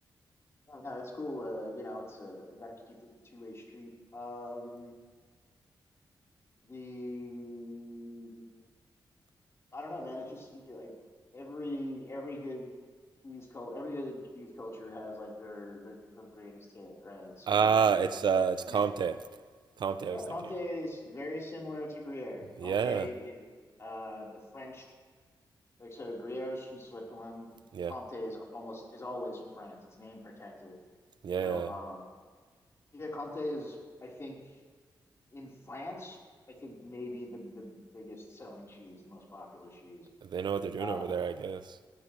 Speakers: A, on the left; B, on the right.
A: Oh, No, it's cool. Uh, you know, it's uh, got to keep it a two-way street. Um, the I don't know, man. It's just like every every good cheese cult, every good cheese culture has like their their, their greatest hit, right? So
B: Ah,
A: like,
B: it's uh, it's
A: man,
B: Comte. Comte. I
A: yeah,
B: was
A: Comte
B: thinking.
A: is very similar to Gruyere.
B: Yeah,
A: Comte is uh the French, like so Gruyere is from Switzerland.
B: yeah,
A: Comte is almost is always from France. It's name protected.
B: yeah,
A: So
B: yeah.
A: um, yeah, Comte is I think in France, I think maybe the the biggest selling cheese, the most popular cheese.
B: They know what they're doing
A: Um,
B: over there, I guess.